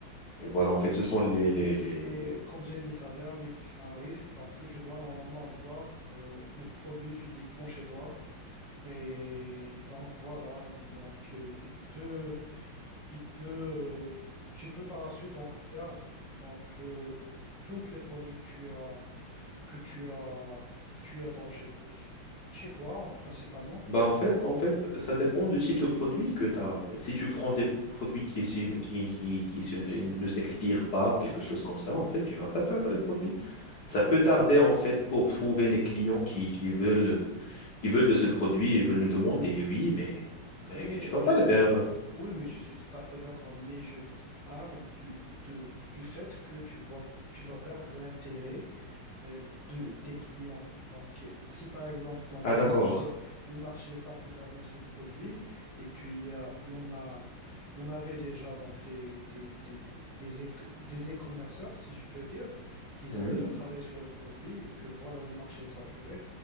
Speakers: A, on the left; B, in the centre.
A: et voilà, en fait, ce sont les, les,
B: Mais
A: les,
B: c'est,
A: les-
B: comme j'ai dit, ça vient avec un risque parce que tu dois normalement avoir euh, le produit physiquement chez toi. Et donc voilà, donc euh, il peut, il peut, euh, tu peux par la suite donc perdre donc euh, tous les produits que tu as, que tu as, que tu as donc chez, chez toi euh, principalement.
A: Bah en fait, en fait, ça dépend du type de produit que tu as, en fait. Si tu prends des produits qui, s'y- qui, qui, qui s'y- ne s'expirent pas ou quelque chose comme ça, en fait, tu vas pas perdre le produit. Ça peut tarder, en fait, pour trouver les clients qui, qui veulent qui veulent de ce produit et veulent le demander, oui, mais, mais
B: Mais
A: que tu vas
B: je-
A: pas le perdre.
B: oui, oui, je suis tout à fait d'accord. Mais je parle du, de, du fait que tu vas, tu vas perdre l'intérêt euh, de, des clients. Donc, euh, si par exemple donc,
A: Ah,
B: le
A: d'accord.
B: marché, le marché est saturé avec ce produit et qu'il y a, il y en a, il y en avait déjà donc, des, des, des, des, éco- des e-commerceurs, si je peux dire, qu'ils
A: Hmm,
B: ont déjà travaillé sur le produit et que voilà, le marché est saturé.